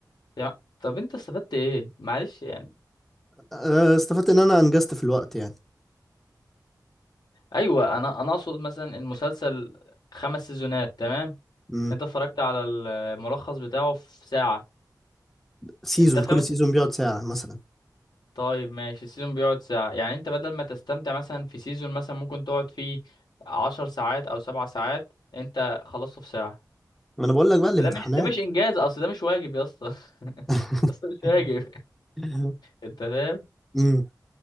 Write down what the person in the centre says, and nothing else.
آه، استفدت ان انا انجزت في الوقت يعني
مم.
سيزون
كل سيزون بيقعد ساعه مثلا
ما انا بقول لك بقى الامتحانات
<laughs>
<laughs>
امم